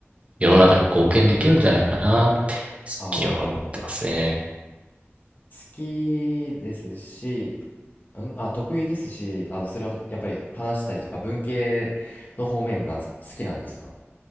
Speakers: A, on the right; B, on the left.
A: 世の中に貢献できるんじゃないかなって、最近は思ってますね。
B: ああ好きですしんあ得意ですしあのそれはやっぱり話したりとか文系の方面が好きなんですか